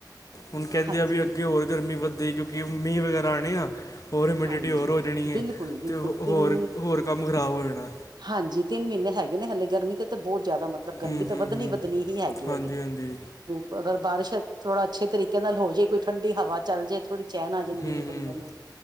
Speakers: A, on the left; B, on the right.
A: ਹੁਣ ਕਹਿੰਦੇ
B: ਹਾਂਜੀ
A: ਆ ਵੀ ਅੱਗੇ ਹੋਰ ਗਰਮੀ ਵੱਧੇਦੀ ਕਿਉਂਕਿ ਮੀਂਹ ਵਗੈਰਾ ਆਉਣੇ ਆ ਹੋਰ ਹਿਮੀਿਡਿਟੀ
B: ਹਾਂਜੀ
A: ਹੋਰ ਹੋ ਜਾਣੀ
B: ਬਿਲਕੁਲ
A: ਹੈ
B: ਬਿਲਕੁਲ
A: ਤੇ ਹੋ
B: ਤਿੰਨ
A: ਹੋਰ-ਹੋਰ ਕੰਮ ਖ਼ਰਾਬ ਹੋ ਜਾਣਾ।
B: ਹਾਂਜੀ ਤਿੰਨ ਮਹੀਨੇ ਹੈਗੇ ਨੇ ਹਲੇ ਗਰਮੀ ਤੇ ਤਾਂ ਬੌਤ ਜਾਦਾ ਮਤ ਬ ਗਰਮੀ
A: ਹੂੰ ਹੂੰ
B: ਤਾਂ ਵੱਧਣੀ-ਵੱਧਣੀ
A: ਹੂੰ
B: ਹੀ ਹੈਗੀ-ਹੈਗੀ।
A: ਹਾਂਜੀ ਹਾਂਜੀ
B: ਬਿਲਕੁਲ ਅਗਰ ਬਾਰਿਸ਼ ਥੋੜਾ ਅੱਛੇ ਤਰੀਕੇ ਨਾਲ ਹੋ ਜੇ ਕੋਈ ਠੰਡੀ ਹਵਾ ਚੱਲ ਜੇ ਥੋੜੀ ਚੈਨ ਆ ਜਾਂਦੀ
A: ਹੂੰ
B: ਏ
A: ਹੂੰ
B: ਬੰਦੇ ਨੂੰ।